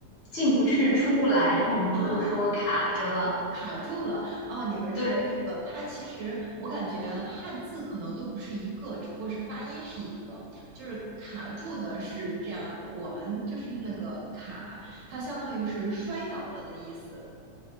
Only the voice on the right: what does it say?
啊，卡住了哦，你嗯们是这个，
它其实我感觉汉字可能都不是一个，只不过是发音是一个，就是卡住的是这样一个，我们就是那个卡，它相当于是摔倒了的意思。